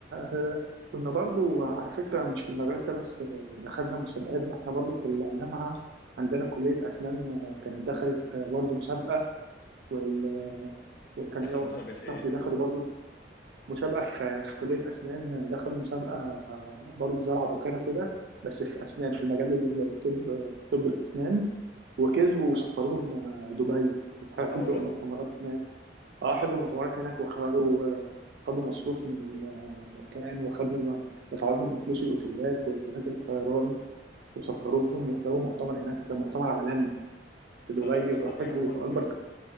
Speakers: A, on the right; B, on the left.
A: آه، كنا برضو على فكرة مش في المدرسة بس آه، دخلنا مسابقات ده إحنا برضو في الجامعة عندنا كلية أسنان آه، كانت دخلت آه، برضو مسابقة وال- وكان
B: دخلوا
A: ليا واحد
B: مسابقة إيه؟
A: صاحبي دخلوا برضو مسابقة في في كلية أسنان دخلوا مسابقة برضه زي العباقرة كده بس في أسنان في المجال الطب طب الأسنان وكسبوا وسفروهم آه، دبي وحضروا
B: عقلة؟
A: مؤتمرات هناك اه حضروا مؤتمرات هناك وخدوا آه، خدوا مصروف من المكان وخدوا دفعوا لهم فلوس الأوتيلات وتذاكر الطيران وسفروهم يحضروا مؤتمر هناك مؤتمر عالمي في
B: أنت
A: دبي
B: رأيك أصلا
A: وحضروا
B: إيه عموما في
A: أكبر
B: ال...
A: دك-